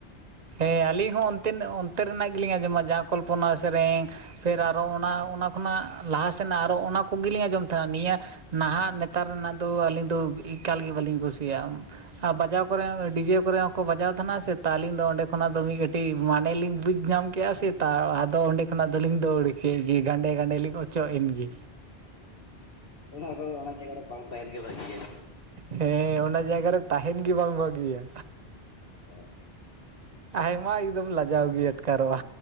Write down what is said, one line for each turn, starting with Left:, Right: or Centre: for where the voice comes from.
Right: ᱦᱮᱸ ᱟᱹᱞᱤᱧ ᱦᱚᱸ ᱚᱱᱛᱮ ᱚᱱᱛᱮ ᱨᱮᱱᱟᱜ ᱜᱮᱞᱤᱧ ᱟᱸᱡᱚᱢᱟ ᱡᱟᱦᱟᱸ ᱠᱚᱞᱯᱚᱱᱟᱼᱟᱜ ᱥᱮᱨᱮᱧ᱾ ᱯᱷᱮᱨ ᱟᱨᱚ ᱚᱱᱟ ᱚᱱᱟ ᱠᱷᱚᱱᱟᱜ ᱞᱟᱦᱟ ᱥᱮᱱᱟᱜ ᱟᱨᱚ ᱚᱱᱟ ᱠᱚᱜᱮᱞᱤᱧ ᱟᱸᱡᱚᱢ ᱛᱟᱦᱮᱱᱟ᱾ ᱱᱤᱭᱟᱹ ᱱᱟᱦᱟᱜ ᱱᱮᱛᱟᱨ ᱨᱮᱱᱟᱜ ᱫᱚ ᱟᱹᱞᱤᱧ ᱫᱚ ᱮᱠᱟᱞ ᱜᱮ ᱵᱟᱹᱞᱤᱧ ᱠᱩᱥᱤᱭᱟᱜᱼᱟ᱾ ᱟᱨ ᱵᱟᱡᱟᱣ ᱠᱚᱨᱮ ᱱᱟ ᱫᱚ ᱰᱤᱡᱮ ᱠᱚᱨᱮ ᱦᱚᱸᱠᱚ ᱵᱟᱡᱟᱣ ᱛᱟᱦᱮᱱᱟ ᱥᱮ ᱛᱚ ᱟᱹᱞᱤᱧ ᱫᱚ ᱚᱸᱰᱮ ᱠᱷᱚᱱᱟᱜ ᱫᱚ ᱢᱤᱫ ᱠᱟᱹᱴᱤᱡ ᱢᱟᱱᱮᱞᱤᱧ ᱵᱩᱡᱽ ᱧᱟᱢ ᱠᱮᱫᱼᱟ ᱥᱮ ᱛᱚ ᱟᱫᱚ ᱚᱸᱰᱮ ᱠᱷᱚᱱᱟᱜ ᱫᱚᱞᱤᱧ ᱫᱟᱹᱲ ᱠᱮᱫ ᱜᱮ ᱜᱟᱸᱰᱮ ᱜᱟᱸᱰᱮ ᱞᱤᱧ ᱚᱪᱚᱜ ᱮᱱᱜᱮ᱾
Left: ᱚᱱᱟᱠᱚᱫᱚ ᱚᱱᱟ ᱡᱟᱭᱜᱟ ᱨᱮ ᱵᱟᱝ ᱛᱟᱦᱮᱱ ᱜᱮ ᱵᱷᱟᱹᱜᱤᱼᱭᱟ᱾
Right: ᱦᱮᱸ ᱚᱱᱟ ᱡᱟᱭᱜᱟ ᱨᱮ ᱛᱟᱦᱮᱱ ᱜᱮ ᱵᱟᱝ ᱵᱷᱟᱹᱜᱤᱭᱟ᱾
Left: ᱦᱮᱸ
Right: ᱟᱭᱢᱟ ᱮᱠᱫᱚᱢ ᱞᱟᱡᱟᱣ ᱜᱮ ᱟᱴᱠᱟᱨᱚᱜᱼᱟ᱾